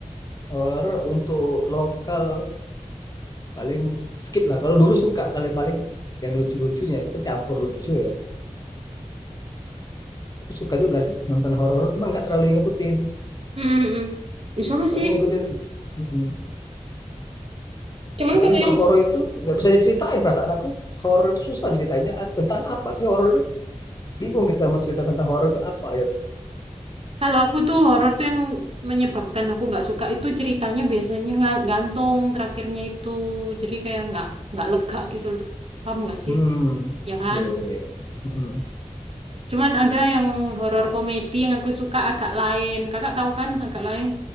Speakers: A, on the left; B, on the right.
A: Horor untuk lokal paling skip lah. Kalau dulu suka kalau paling yang lucu-lucunya kecampur lucu ya. Tapi suka juga sih nonton horor, cuma nggak terlalu ngikutin.
B: Mm, mm, mm. Ya, sama sih.
A: Paling ngikutin mm-mm.
B: Cuman
A: Soalnya
B: kalau
A: kalau
B: yang
A: horor itu nggak bisa diceritain perasaan aku. Horor itu susah ceritanya. Ah, Tentang apa sih horor itu? Bingung kita mau cerita tentang horor itu apa gitu.
B: kalau aku tuh horor tuh yang menyebabkan aku nggak suka itu ceritanya biasanya nggak gantung terakhirnya itu. Jadi kayak nggak nggak lega gitu loh. Paham nggak sih?
A: Hmm.
B: Ya kan?
A: Iya, iya, iya. Mm-mm.
B: Cuman ada yang horor komedi yang aku suka agak lain. Kakak tahu kan agak lain?